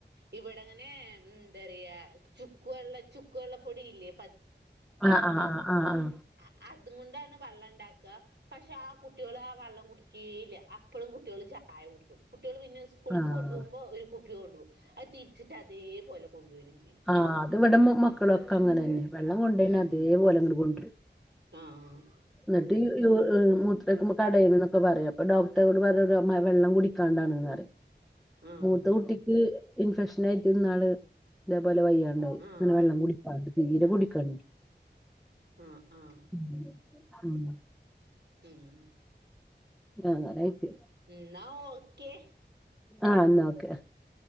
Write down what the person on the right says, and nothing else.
ഇവിടെങ്ങനെ എന്തറിയാ ചുക്കുവെള്ള ചു ക്ക്‌ വെള്ളപ്പൊടിയില്ലേ
അ അതും കൊണ്ടാണ് വെള്ളം ഇണ്ടാക്ക പക്ഷെ ആഹ് കുട്ടിയോള് ആ വെള്ളം കുടിക്കേയില്ല അപ്പളും കുട്ടിയോള് ചായ കുടിക്കും കുട്ടികള് പിന്നെ സ്കൂളിക്ക്‌
കൊണ്ടുപോകുമ്പോ ഒരു കുപ്പി കൊണ്ടുപോകും അത് തിരിച്ചിട്ട് അതേപോല കൊണ്ട് വരും ചെയ്യും
ഉം
ആഹ്
ആഹ്
ആഹ്
ആഹ് ആഹ്
ഉം
എന്ന ഓക്കെ